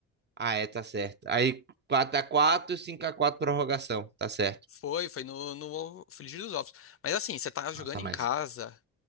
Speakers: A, on the right (about 35°); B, on the left (about 50°).
A: Ah, é, tá certo. Aí quatro, x quatro 5x4 prorrogação. Tá certo.
B: Foi, foi no, no Frigir dos Ovos. Mas assim, você tá jogando
A: Nossa,
B: em
A: mas
B: casa